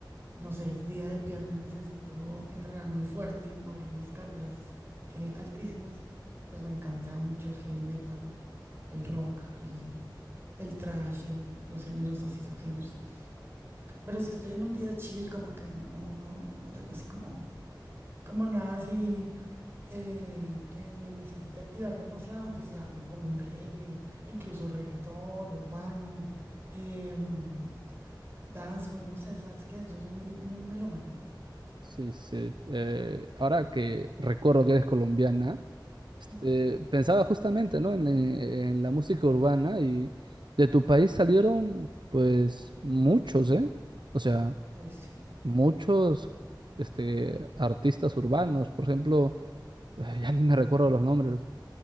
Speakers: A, on the right (about 30°); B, on the right (about 70°).
A: no sé, es día de pierna y necesito entrenar muy fuerte y mover unas cargas eh, altísimas. Pues me encanta mucho el heavy metal, el rock, el, el thrash, el- los géneros así, subgéneros. Pero si estoy en un día chill, como que no, no, no tengo así como, como nada así eh, que me necesite activar demasiado, pues ya me pongo un reggae, incluso reggaetón, urbano. em, Dancehall, no sé, ¿sabes qué? Yo soy muy, muy melómana.
B: Sí, sí. Eh, ahora que recuerdo que eres colombiana, este,
A: Ujú.
B: pensaba justamente, ¿no? En, la- en la música urbana y de tu país salieron, pues, muchos, ¿eh? O sea,
A: Ay, sí.
B: muchos, este, artistas urbanos. Por ejemplo, eh, ya ni me recuerdo los nombres.